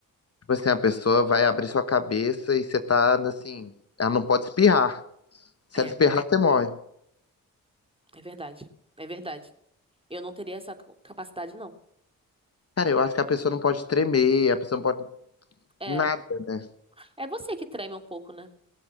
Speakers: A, on the left; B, on the right.
A: Tipo assim, a pessoa vai abrir sua cabeça e você tá, assim, ela não pode espirrar. Se
B: É,
A: ela espirrar, você morre.
B: é verdade. É verdade. Eu não teria essa capacidade, não.
A: Cara, eu acho que a pessoa não pode tremer, a pessoa não pode
B: É,
A: nada, né?
B: é você que treme um pouco, né?